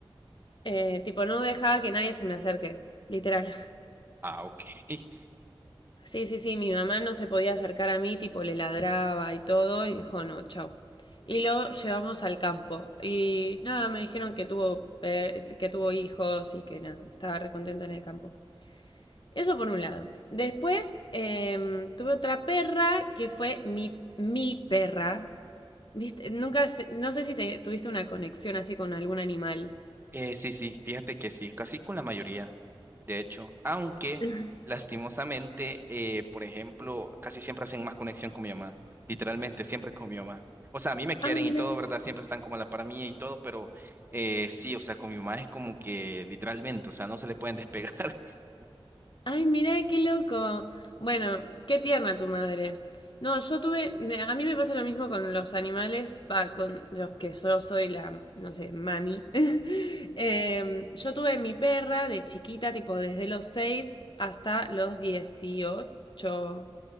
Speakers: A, on the left; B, on the right.
A: eh, tipo, no dejaba que nadie se me acerque, literal. <laughs>
B: Ah, ok. <laughs>
A: Sí, sí, sí, mi mamá no se podía acercar a mí, tipo, le ladraba y todo, y dijo, no, chao. Y lo llevamos al campo. Y nada, me dijeron que tuvo, per- que tuvo hijos y que nada, estaba recontento en el campo. Eso por un lado. Después em, tuve otra perra que fue mi, mi perra. ¿Viste? Nunca, sé- no sé si te- tuviste una conexión así con algún animal.
B: Eh, sí, sí, fíjate que sí, casi con la mayoría, de hecho, aunque
A: <laughs>
B: lastimosamente, eh, por ejemplo, casi siempre hacen más conexión con mi mamá, literalmente siempre con mi mamá. O sea, a mí me quieren
A: Ah, mira.
B: y todo, ¿verdad? Siempre están como a la par mía y todo, pero eh, sí, o sea, con mi mamá es como que literalmente, o sea, no se le pueden despegar. <laughs>
A: Ay, mira, qué loco. Bueno, qué tierna tu madre. No, yo tuve, me- a mí me pasa lo mismo con los animales, va, con los que yo soy la, no sé, mami. <laughs> Em, yo tuve mi perra de chiquita, tipo desde los 6 hasta los 18.